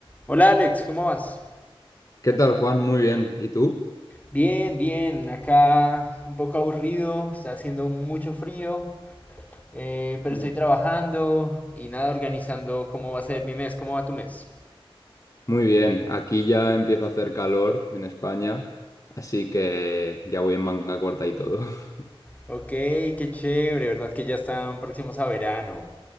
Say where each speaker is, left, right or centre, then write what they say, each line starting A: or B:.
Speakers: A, on the left (about 15°); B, on the left (about 35°).
A: Hola Alex, ¿cómo vas?
B: ¿Qué tal, Juan? Muy bien. ¿Y tú?
A: Bien, bien, acá un poco aburrido, está haciendo mucho frío, eh, pero
B: Mm.
A: estoy trabajando y nada, organizando cómo va a ser mi mes, cómo va tu mes.
B: Muy bien. Aquí ya empieza a hacer calor en España, así que ya voy en manga corta y todo. <laughs>
A: Ok, qué chévere, ¿verdad? Que ya están próximos a verano.